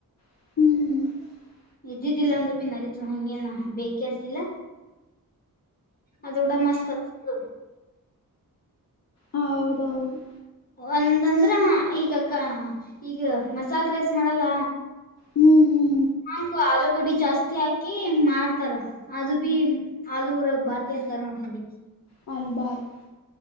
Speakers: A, on the left; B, on the left.
A: ಹ್ಮ್
B: ಇದ್ದಿದ್ದಿಲ್ಲ ಅಂದ್ರರು ಬಿ ನಡೀತ ಹಂಗೇನ ಬೇಕೆ ಅಂತಿಲ್ಲ ಅದರ್ ಗುಡ ಮಸ್ತ್ ಆಗ್ತದ
A: ಹೌದೌದು
B: ಒಂದಂದ್ರ ಈಗ ಈಗ ಮಸಾಲೆ ರೈಸ್ ಮಾಡಲ್ಲ
A: ಹ್ಮ್ ಹ್ಮ್
B: ಹಂಗ ಆಲೂಗಡ್ಡಿ ಜಾಸ್ತಿ ಹಾಕಿ ಮಾಡ್ ಇತಾರ ಅದು ಬಿ ಆಲೂರ ಬಾತಿ ಇರ್ತಾರ ತರಮ್ ತಡಿ
A: ಹಾಲುಬಾತ್